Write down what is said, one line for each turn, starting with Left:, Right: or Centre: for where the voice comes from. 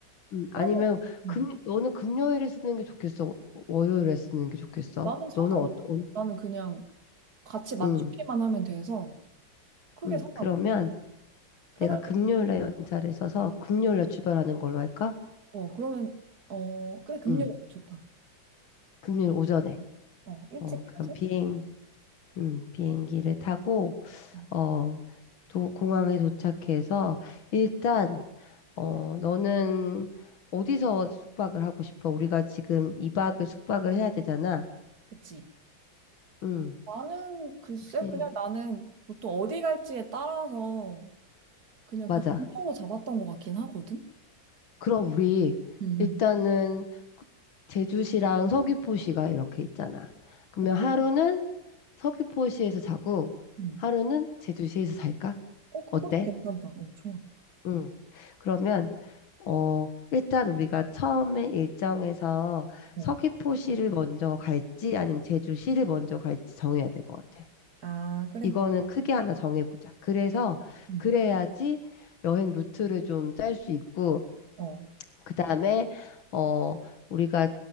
Left: 음, 아니면
Right: 그러면
Left: 금
Right: 음.
Left: 너는 금요일에 쓰는 게 좋겠어? 월요일에 쓰는 게 좋겠어?
Right: 나는 상관없고.
Left: 너는 어떤
Right: 나는 그냥 같이 맞추기만
Left: 응,
Right: 하면 돼서 크게
Left: 응.
Right: 상관없어.
Left: 그러면
Right: 편할
Left: 내가 금요일에
Right: 것같
Left: 연차를 써서 금요일에 출발하는 걸로 할까?
Right: 어, 그러면 어, 그래, 금요일
Left: 응.
Right: 좋다.
Left: 금요일 오전에.
Right: 어, 일찍
Left: 어,
Right: 가서?
Left: 그럼 비행 응, 비행기를 타고
Right: 음,
Left: 어, 도 공항에 도착해서 일단 어, 너는 어디서 숙박을 하고 싶어? 우리가 지금 2박을 숙박을 해야 되잖아.
Right: 그치.
Left: 응.
Right: 나는 글쎄
Left: 혹시
Right: 그냥 나는 보통 어디 갈지에 따라서 그냥
Left: 맞아.
Right: 그 근처로 잡았던 것 같긴 하거든.
Left: 그럼 우리
Right: 음,
Left: 일단은 제주시랑 서귀포시가 이렇게 있잖아. 그러면
Right: 그-
Left: 하루는 서귀포시에서 자고
Right: 음,
Left: 하루는 제주시에서 살까?
Right: 어 그것도
Left: 어때?
Right: 괜찮다. 어 좋아.
Left: 응. 그러면 어 일단 우리가 처음에 일정에서
Right: 어.
Left: 서귀포시를 먼저 갈지 아니면 제주시를 먼저 갈지 정해야 될 것 같아.
Right: 아 그래.
Left: 이거는 크게 하나 정해보자. 그래서
Right: 음.
Left: 그래야지 여행 루트를 좀 짤 수 있고
Right: 어.
Left: 그다음에 어 우리가